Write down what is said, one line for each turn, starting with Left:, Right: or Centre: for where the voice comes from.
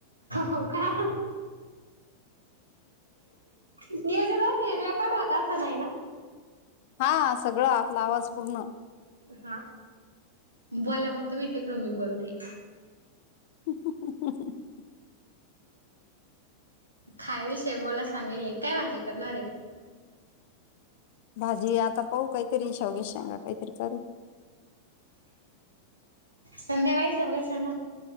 Right: हो का? <unintelligible> नाही ना.
Left: हां सगळं आपला आवाज पूर्ण
Right: हां बोला म तुम्ही तिकडून मी बोलते.
Left: <inaudible>
Right: खावीशे बोला सांगिले काय भाजी करणार ये?
Left: भाजी आता पाहू काहीतरी शेवग्याच्या शेंगा काहितरी करेल.
Right: संध्याकाळी शेवगाच्या शेंगा.